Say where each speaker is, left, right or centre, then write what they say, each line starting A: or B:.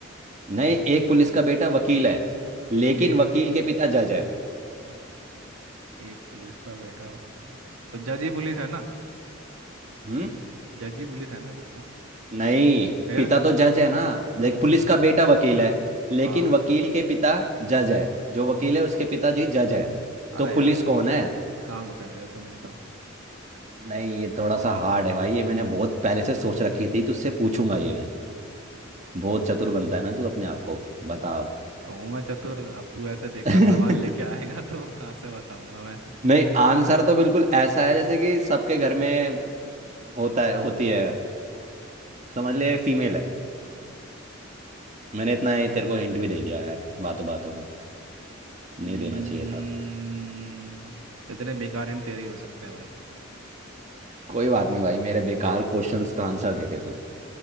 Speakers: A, on the right (about 35°); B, on the right (about 85°).
A: नहीं एक पुलिस का बेटा वकील है लेकिन
B: ए,
A: वकील के पिता जज है
B: एक पुलिस का बेटा वकील। तो जज ही पुलिस है ना
A: हम्म
B: जज ही पुलिस है ना फिर तो
A: नहीं
B: फिर
A: पिता तो जज है ना लाइक पुलिस का बेटा वकील है लेकिन
B: हाँ
A: वकील के पिता जज है जो वकील है उसके पिताजी जज है
B: अरे
A: तो पुलिस
B: यार तो
A: कौन है
B: कहाँ घुसेड़ दिया तूने सब
A: नहीं ये थोड़ा सा हार्ड है भाई ये मैंने बहुत पहले से सोच रखी थी तुझसे पूछूंगा ये मैं बहुत चतुर बनता है ना तू अपने आप को बता
B: हूँ मैं चतुर अब तू ऐसे बेकार
A: अब
B: सवाल लेके
A: <laughs>
B: आएगा तो कहाँ से बताऊंगा मैं
A: नहीं आंसर तो बिल्कुल ऐसा है जैसे कि सबके घर में होता है होती है समझ ले फीमेल है मैंने इतना ही तेरे को हिंट भी दे दिया यार बातों बातों में नहीं
B: हम्म,
A: देना चाहिए था
B: इतने बेकार इन तेरे ही हो सकते हैं भाई
A: कोई बात नहीं भाई मेरे बेकार क्वेश्चंस का आंसर दे दे तू